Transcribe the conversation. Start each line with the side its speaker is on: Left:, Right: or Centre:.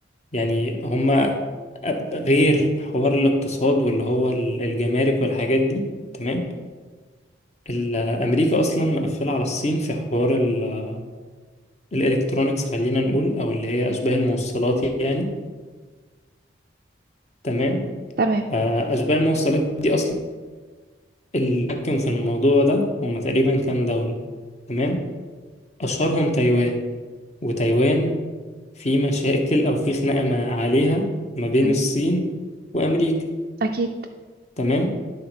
Left: يعني هما أب- غير حوار الاقتصاد واللي هو ال- الجمارك والحاجات دي تمام ال- أمريكا أصلا مقفلة على الصين في حوار ال- الإلكترونيكس خلينا نقول أو اللي هي أشباه الموصلات يعني تمام
Right: تمام
Left: فأشباه الموصلات دي أصلا اللي حكم في الموضوع ده هما تقريبا كام دولة تمام أشهرهم تايوان وتايوان في مشاكل أو في خناقة ما عليها ما بين
Right: مم.
Left: الصين وأمريكا
Right: أكيد
Left: تمام